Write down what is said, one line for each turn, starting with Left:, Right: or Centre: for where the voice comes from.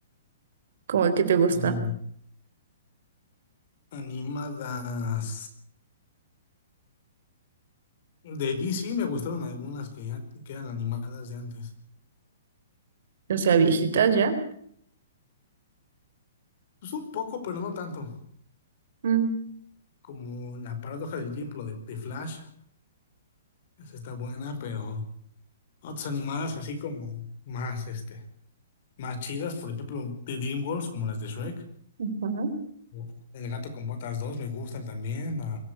Right: ¿Cómo que te gusta?
Left: Mm, Animadas. De DC me gustaron algunas que, ya- que eran animadas de antes.
Right: O sea, viejitas ya.
Left: Pues un poco, pero no tanto.
Right: Mm.
Left: Como La paradoja del tiempo, de, de Flash. Esa está buena, pero Otras animadas así como más, este, más chidas, por ejemplo, de DreamWorks, como las de Shrek.
Right: Ujú.
Left: o El gato con botas dos me gustan también. como